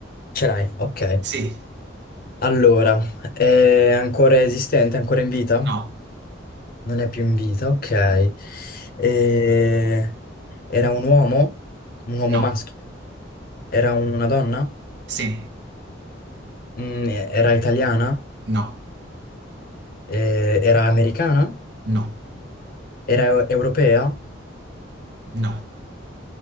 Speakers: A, on the left (about 50°); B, on the right (about 60°).
A: Ce l'hai? Ok.
B: Sì,
A: Allora, è ancora esistente, ancora in vita?
B: no,
A: Non è più in vita, ok. E- Era un uomo? Un uomo
B: no,
A: maschio? Era una donna?
B: sì,
A: Mm, era italiana?
B: no,
A: Eh, era americana?
B: no,
A: Era eu- europea?
B: no.